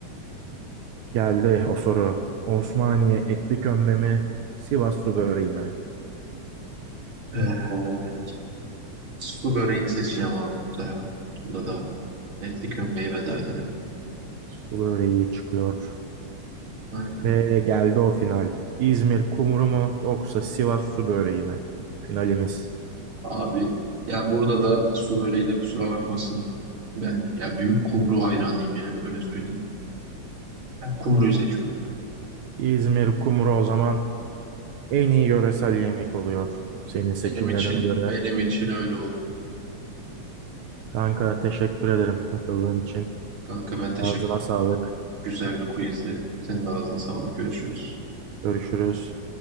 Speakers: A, on the right; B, on the right.
A: Geldi o soru. Osmaniye etli kömbe mi? Sivas su böreği mi?
B: Ee, su böreğini seçeceğim abi burada ya. Burada da etli kömbeyi veda edelim.
A: Su böreği çıkıyor.
B: Aynen.
A: Ve geldi o final. İzmir kumru mu yoksa Sivas su böreği mi? Finalimiz.
B: Abi ya burada da su böreği de kusura bakmasın. Ben ya büyük kumru hayranıyım yani öyle söyleyeyim. Ben kumruyu seçiyorum ya.
A: İzmir kumru o zaman en iyi yöresel yemek oluyor. Senin seçimlerine
B: Benim için
A: göre.
B: benim için öyle oldu.
A: Kanka teşekkür ederim katıldığın için.
B: Kanka ben teşekkür.
A: Ağzına sağlık.
B: Güzel bir quizdi. Senin de ağzına sağlık. Görüşürüz.
A: Görüşürüz.